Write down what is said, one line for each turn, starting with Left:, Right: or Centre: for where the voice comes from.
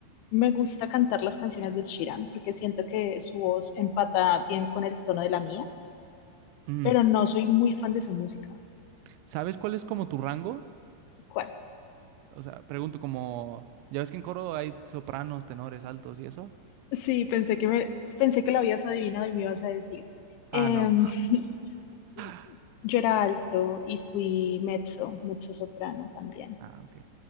Left: Me gusta cantar las canciones de Sheeran porque siento que su voz empata bien con el tono de la mía,
Right: Mm.
Left: pero no soy muy fan de su música.
Right: ¿Sabes cuál es como tu rango?
Left: ¿Cuál?
Right: O sea, pregunto como, ¿ya ves que en coro hay sopranos, tenores, altos y eso?
Left: Sí, pensé que me, pensé que lo habías adivinado y me ibas a decir. Em,
Right: Ah, no.
Left: <laughs>
Right: <laughs>
Left: yo era alto y fui mezzo, mezzo soprano también.
Right: Ah, ok.